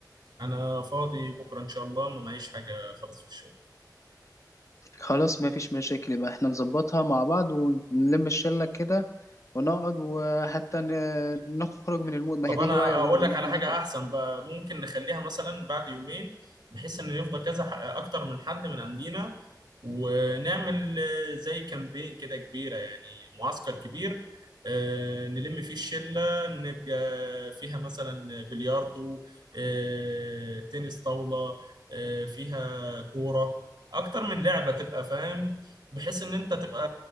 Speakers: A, on the right; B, on the left.
A: انا فاضي بكرة ان شاء الله ما معيش حاجة خالص في الشغل
B: خلاص مفيش مشاكل يبقى احنا نظبطها مع بعض ونلم الشلة كده ونقعد وحتى ن- نخرج من المود ما
A: طب
B: هي دي
A: انا
B: هواية برضه
A: اقول لك
B: ان احنا
A: على حاجه
B: نخرج
A: احسن بقى ممكن نخليها مثلا بعد يومين بحيث ان يفضى كذا ح- اكتر من حد من عندنا ونعمل آه، زي كامبين كده كبيره يعني معسكر كبير آه، نلم فيه الشله نبقى فيها مثلا بلياردو آه، تنس طاوله آه، فيها كوره اكتر من لعبه تبقى فاهم بحيث ان انت تبقى